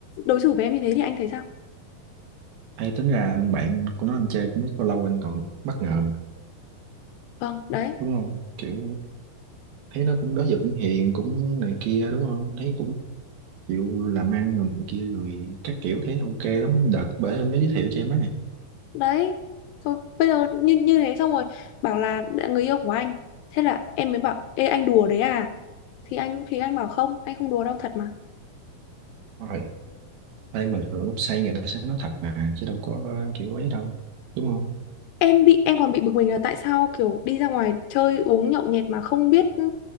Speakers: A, on the left; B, on the right.
A: đối xử với em như thế thì anh thấy sao
B: Hay tính ra anh bạn của nó anh chơi cũng biết bao lâu anh còn bất ngờ mà,
A: vâng đấy
B: đúng không? Kiểu thấy nó cũng đó giờ cũng hiền cũng này kia đúng không? Thấy cũng chịu làm ăn rồi này kia rồi các kiểu thấy nó ok lắm. Đợt bởi anh mới giới thiệu cho em ấy.
A: đấy rồi bây giờ như như thế xong rồi bảo là người yêu của anh thế là em mới bảo ê anh đùa đấy à thì anh thì anh bảo không anh không đùa đâu thật mà
B: Rồi. Đây mà thường lúc say người ta sẽ nói thật mà chứ đâu có kiểu ấy đâu. Đúng không?
A: em bị em còn bị bực mình là tại sao kiểu đi ra ngoài chơi uống nhậu nhẹt mà không biết ừ,